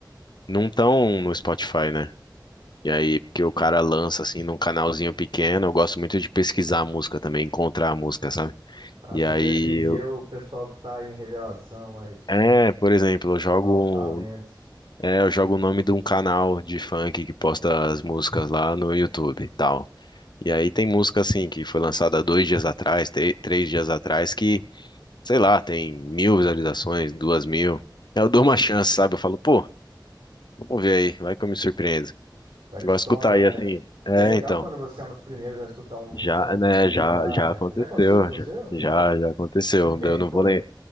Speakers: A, on the left; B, on the right.
A: não estão no Spotify, né? E aí, porque o cara lança assim num canalzinho pequeno, eu gosto muito de pesquisar a música também, encontrar a música, sabe?
B: Ah,
A: E
B: você
A: aí,
B: prestigia
A: eu-
B: o pessoal que está em revelação, as,
A: é, por exemplo, eu
B: os
A: jogo,
B: novos talentos,
A: é, eu jogo o nome de um canal de funk que posta as músicas lá no YouTube e tal. E aí tem música assim que foi lançada dois dias atrás, tre- três dias atrás, que, sei lá, tem mil visualizações, duas mil. Aí Eu dou uma chance, sabe? Eu falo, pô, vamos ver aí, vai que eu me surpreendo.
B: é que
A: Eu gosto
B: estoura,
A: de escutar aí assim.
B: né?
A: É,
B: E é legal
A: então.
B: quando você é um dos primeiros a escutar um,
A: Já,
B: um som que
A: né,
B: vai estourar,
A: já, já aconteceu,
B: né? Já aconteceu com você?
A: já,
B: É?
A: já, já aconteceu.
B: Com quem
A: Eu não
B: que foi?
A: vou ler.